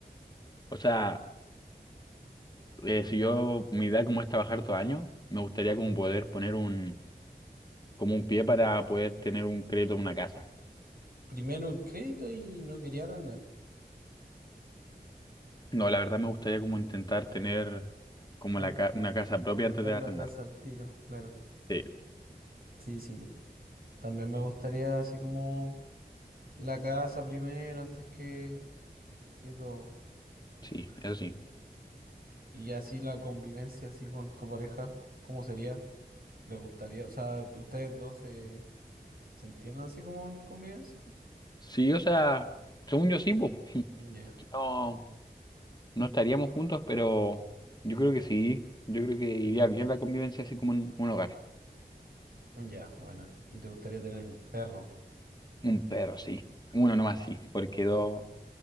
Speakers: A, on the left; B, on the right.
A: O sea, eh, si yo, mi idea como es trabajar dos años, me gustaría como poder poner un, como un pie para poder tener un crédito en una casa.
B: Primero el crédito y no quería arrendar.
A: No, la verdad me gustaría como intentar tener como
B: Al
A: la ca- una casa propia
B: sacar
A: antes de
B: la
A: arrendar.
B: casa al tiro, claro.
A: Sí,
B: Sí, sí. También me gustaría así como la casa primero antes que, que todo.
A: sí, eso sí.
B: Y así la convivencia así con tu pareja, ¿cómo sería? ¿Le gustaría? O sea, ¿ustedes dos se, se entienden así como en convivencia?
A: Sí, o sea, según yo sí, pues. <laughs>
B: Ya,
A: No, no estaríamos juntos, pero yo creo que sí. Yo creo que iría bien la convivencia así como en un hogar.
B: ya, bueno. ¿Y te gustaría tener un perro?
A: Un perro, sí. Uno nomás sí, porque dos